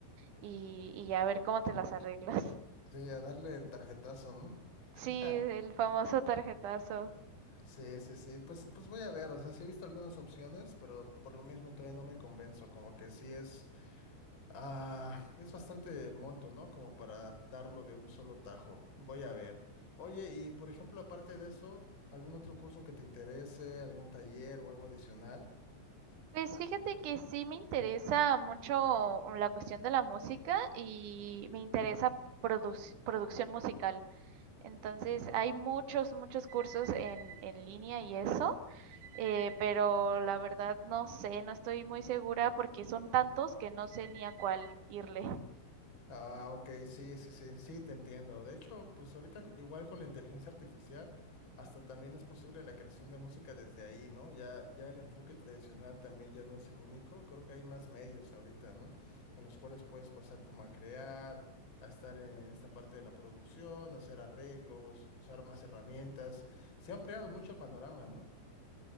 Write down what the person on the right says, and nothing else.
y, y ya a ver cómo te las arreglas. <laughs>
Sí, el famoso tarjetazo.
Pues fíjate que sí me interesa mucho la cuestión de la música y me interesa produc- producción musical. Entonces hay muchos, muchos cursos en, en línea y eso, eh, pero la verdad no sé, no estoy muy segura porque son tantos que no sé ni a cuál irle.